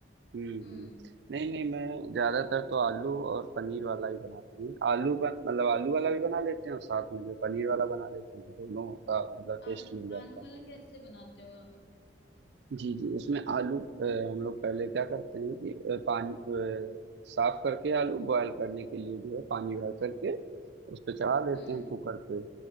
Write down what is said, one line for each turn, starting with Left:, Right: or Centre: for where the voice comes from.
Right: हम्म
Left: हूँ। हम्म
Right: नहीं नहीं मैं ज्यादातर तो आलू और पनीर वाला ही बनाती हूँ आलू बन मतलब आलू वाला भी बना लेते हैं और साथ में जो पनीर वाला बना लेते हैं तो दोनों का मतलब टेस्ट
Left: आलू
Right: मिल जाता
Left: आलू
Right: है
Left: वाला कैसे बनाते हो आप
Right: जी जी उसमें आलू अ, हम लोग पहले क्या करते हैं कि अ, पानी अ, साफ करके आलू बॉयल करने के लिए जो है पानी बॉयल करके उस पर चढ़ा देते
Left: हम्म
Right: हैं कुकर पे